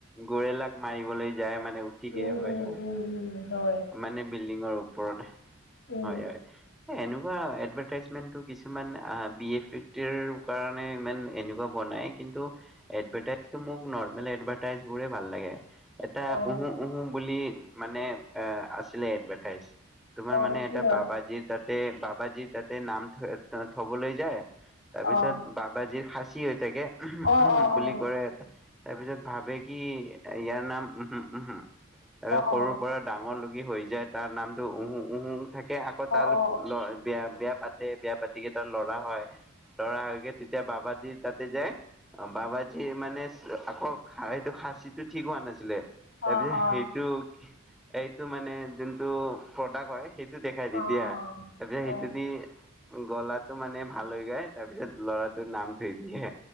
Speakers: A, in the centre; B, on the left.
A: গৰেলাক মাৰিবলৈ যায় মানে উঠি
B: উম
A: গে হয়
B: উম
A: হয়।
B: উম উম হয়
A: মানে বিল্ডিঙৰ ওপৰত,
B: উম
A: হয় হয়। এ এনেকুৱা এডভাৰ্টাইজমেণ্টটো কিছুমান বিয়েৰ ফেক্টৰী কাৰণে ইমান এনেকুৱা বনাই। কিন্তু এডভাৰটাইজটো মোক নৰ্মেল এডভাৰটাইজ বোৰে ভাল লাগে। এটা
B: অ
A: উহো উহো বুলি মানে এ আছিলে এডভাৰটাইজ। তোমাৰ
B: অ
A: মানে
B: কি
A: এটা
B: হয়
A: বাবাজীৰ তাতে বাবাজীৰ তাতে নাম থ থবলৈ যায় তাৰ পিছত
B: অ
A: বাবাজীৰ খাচী হৈ থাকে ঊম
B: অ
A: ঊম
B: অ
A: বুলি
B: অ অ
A: কৰে এটা তাৰপিছত ভাবে কি ইয়াৰ নাম উহুম উহুম তাৰপিচত সৰুৰ
B: অ অ অ
A: পৰা ডাঙৰ লৈকে হৈ যায় তাৰ নামটো উহু উহু থাকে আকৌ তাৰ
B: অ অ অ অ
A: লৰ বিয়া বিয়া পাত পাতে বিয়া পাতিকে এটা লৰা হয় লৰা হয়কে তেতিয়া বাবাজীৰ তাতে যায় অ বাবাজি মানে আকৌ সেইটো খাচীটো ঠিক হোৱা নাছিলে
B: অঁ
A: তাৰপিছত
B: অঁ
A: সেইটো এইটো মানে যোনটো প্ৰডাক্ট হয় সেই সেটো দেখাই দি
B: অঁ
A: দিয়া
B: অঁ
A: তাৰ পিছত
B: অঁ
A: সেইটো দি গলাটো মানে ভাল হৈ যায় তাৰপিছত ল'ৰাটোৰ নাম থৈ দিয়ে